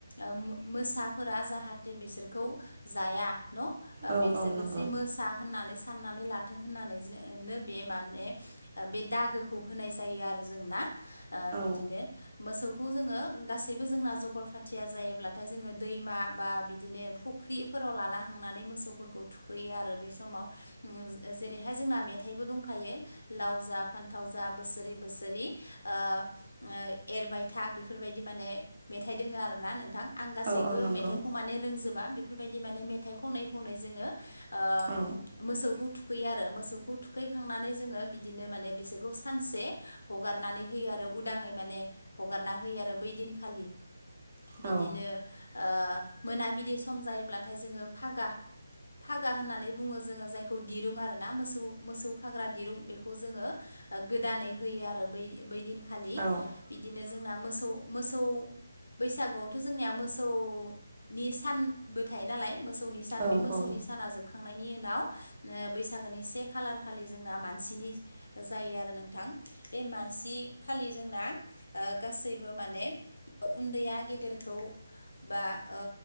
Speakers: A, on the left (about 65°); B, on the right (about 35°).
A: ओम मोसाफोरा जाहाथे बिसोरखौ जाया न' ओ
B: औ
A: बिसोरबो
B: औ नंगौ
A: जे मोसा होननानै साननानै लाथों होननानै जो नो बे माने ओ बे दागोखौ होनाय जायो आरो जों ना ओ
B: औ
A: बिदिनो मोसौ खौ जोङो गासैबो जोंना जगर फाथिया जायोब्लाथाय जोङो दैमा बा बिदिनो फुख्रिफोर फोराव लाना हांनानै मोसौफोरखौ थुखैयो आरो बे समाव जेरैहाय जोंना मेथाइबो दंखा यो लाव जा फान्थाव जा बोसोरै बोसोरै ओ-ओ एरबाय था बेफोरबायदि माने मेथाइ दोङो आरोना नोंथां आं गासैबो
B: औ औ नंगौ
A: मेथाइखौ माने रोंजोबा बेफोर बायदि माने मेथाइ खनै खनै जोङो ओ
B: औ
A: मोसौखौ थुखैयो आरो मोसौ थुखैखांनानै जोङो बिदिनो माने बिसोरखौ सानसे हगारनानै होयो आरो उदाङै माने हगारना होयो आरो बै दिनखालि बिदिनो
B: औ
A: ओ मोनाबिलि सम जायोब्लाथाय जोङो फागा फागा होननानै बुङो जोङो जायखौ दिरुं आरोना मोसौ मोसौ खाग्रा दिरुं बेखौ जोङो ओ गोदानै होयो आरो बै बै दिन खालि
B: औ
A: बिदिनो जोंना मोसौ मोसौ बैसागुआवथ' जोंनिया मोसौनि सानबो थायो नालाय मोसौनि सान
B: औ
A: बे मोसौनि साना जोबखांनायनि उनाव ओ बैसागोनि से खालार खालि जोंना मानसिनि जायो आरो नोंथां बे मानसि - नि बि खालि जोंना ओ गासैबो माने उन्दैया गेदेरखौ बा ओ